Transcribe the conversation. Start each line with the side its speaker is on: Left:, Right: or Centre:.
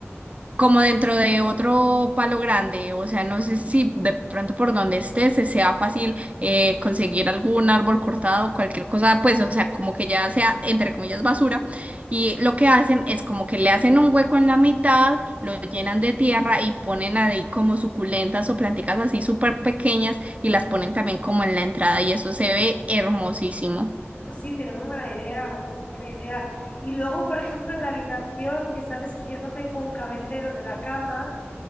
Right: como dentro de otro palo grande, o sea, no sé si de pronto por donde estés se sea fácil eh, conseguir algún árbol cortado, cualquier cosa, pues, o sea, como que ya sea, entre comillas, basura. Y lo que hacen es como que le hacen un hueco en la mitad, lo llenan de tierra y ponen ahí como suculentas o plantitas así súper pequeñas y las ponen también como en la entrada y eso se ve hermosísimo.
Left: Sí, tiene muy buena idea, muy buena idea. Y luego, por ejemplo, en la habitación, que sabes que yo no tengo un cabecero de la cama,